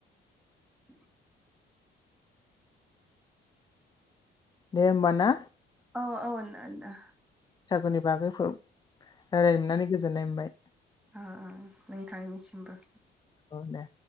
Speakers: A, in the centre; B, on the left.
A: <inaudible>
B: दे होमबा ना?
A: औ औ नो नो
B: सागुनि बागै फो-रायलायनो मोननानै गोजोननाय मोनबाय।
A: आ आ नोंथांनिसिमबो।
B: औ दे।